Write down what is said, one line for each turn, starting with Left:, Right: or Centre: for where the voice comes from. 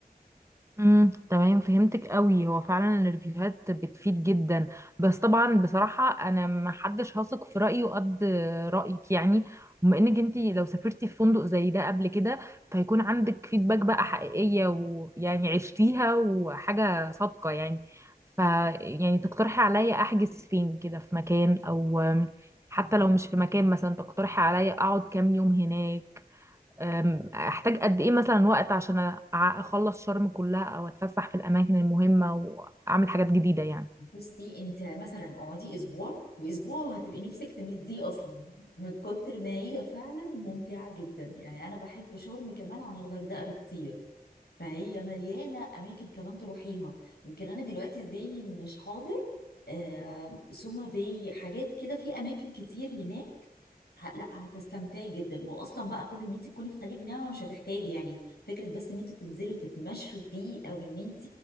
Right: امم تمام فهمتك قوي هو فعلا الريفيوهات بتفيد جدا بس طبعا بصراحة انا ما حدش هثق في رأيه قد رأيك يعني بما انك انتي لو سافرتي في فندق زي ده قبل كده فيكون عندك فيدباك بقى حقيقية ويعني عشتيها وحاجة صادقة يعني ف يعني تقترحي عليا احجز فين كده في مكان او حتى لو مش في مكان مثلا تقترحي عليا اقعد كام يوم هناك أم، احتاج قد ايه مثلا وقت عشان أ- اخلص شرم كلها او اتفسح في الاماكن المهمة واعمل حاجات جديدة يعني
Left: بصي انت مثلا اقعدي اسبوع واسبوع وهتبقي نفسك تمديه اصلا من كتر ما هي فعلا ممتعه جدا يعني انا بحب شرم كمان عن الغردقه بكتير فهي مليانه اماكن كمان تروحيها يمكن انا دلوقتي ذهني مش حاضر آه سوما باي حاجات كده في اماكن كتير هناك ه- لا هتستمتعي جدا واصلا بقى كون ان انت تكوني في خليج نعمه مش هتحتاجي يعني فكره بس ان انتوا تنزلوا تتمشوا فيه او ان انت